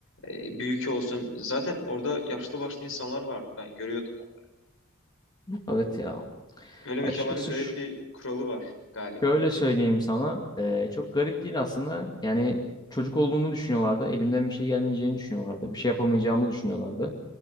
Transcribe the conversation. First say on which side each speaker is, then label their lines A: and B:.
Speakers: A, on the left (about 65°); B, on the left (about 20°).
A: e, büyük olsun. Zaten orada yaşlı başlı insanlar vardı. Ben görüyordum onları.
B: Evet ya.
A: Öyle mekanların
B: Açıkçası
A: garip bir kuralı var galiba.
B: Şöyle söyleyeyim sana, eee, çok garip değil aslında. Yani çocuk olduğumu düşünüyorlardı. Elimden bir şey gelmeyeceğini düşünüyorlardı. Bir şey yapamayacağımı düşünüyorlardı.